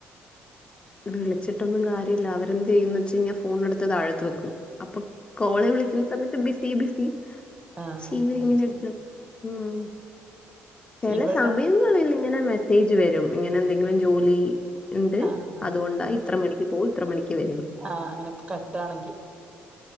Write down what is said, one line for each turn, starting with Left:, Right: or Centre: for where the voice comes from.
Left: വിളിച്ചിട്ടൊന്നും കാര്യല്ല അവരെന്ത് ചെയ്യുന്ന് വെച്ച് കഴിഞ്ഞാ ഫോണ എടുത്ത് താഴത്ത് വെക്കും അപ്പൊ കോള് വിളിക്കുന്ന സമയത്ത് ബിസി ബിസി
Right: ആഹ്
Left: ഷി ഇവര്
Right: അത്
Left: ഇങ്ങനെ
Right: ശരി
Left: എട്ത്ത് ഉം ചെല
Right: ഇവിടെ
Left: സമയങ്ങളിൽ ഇങ്ങനെ മെസ്സേജ് വരും ഇങ്ങനെ എന്തെങ്കിലും ജോലി ഇണ്ട്
Right: ആഹ്
Left: അതുകൊണ്ടാ ഇത്ര മണിക്ക് പോവും ഇത്ര മണിക്ക് വരും
Right: ആ അങ്ങനെ കട്ടാണെങ്കി